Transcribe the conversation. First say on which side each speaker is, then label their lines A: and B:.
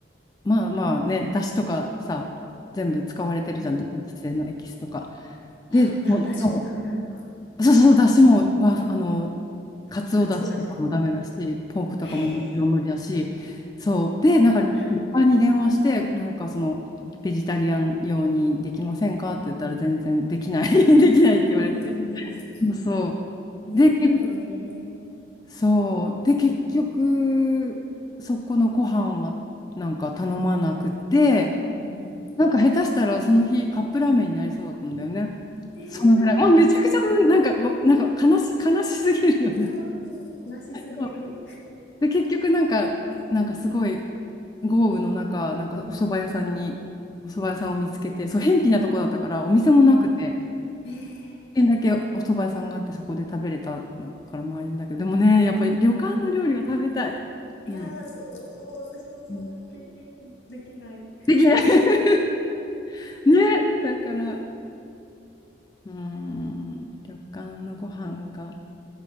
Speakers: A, on the left; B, on the left.
A: まあまあね、出汁とかさ、全部使われてるじゃん、
B: うんうん。
A: 動物性のエキスとか。で、
B: あ、だ、
A: もう、
B: だしもダメなのか。
A: そうそうそう、出汁も、和風あの、かつお出汁とかもダメだし、
B: かつおだしとかも。
A: ポークとかももちろん無理だし、
B: へえ。
A: そう。で、なんか、旅館に電話して、
B: あ
A: なんかその、ベジタリアン用にできませんかって言ったら全然できない、<laughs> できないって言われて。
B: うんうん。
A: そうそ
B: 日本だとね。
A: う。で、けそう。で、結局、そこのご飯はなんか頼まなくて、
B: うんう
A: なんか下手したらその日カップラーメンになりそうだったんだよね。
B: ん。えー、
A: そのぐらい。
B: やだ。
A: もうめちゃくちゃなんか、もうなんか悲し、悲しすぎるよね。
B: だ、もう、なしすぎる。
A: そうで、結局なんか、なんかすごい豪雨の中、なんかお蕎麦屋さんに、お蕎麦屋さんを見つけて、そう、辺鄙なとこだったから、お店もなくて、
B: うん。
A: 一
B: え
A: 軒だけお蕎麦屋さんがあって、そこで食べれたのからまあいいんだけど、でもね、やっぱり旅館の料理が食べたい。
B: ー、
A: うん。
B: いやー、そう、もう私もそんな経験できない。
A: うんできない <laughs> ね、だから、うーん、旅館のご飯が。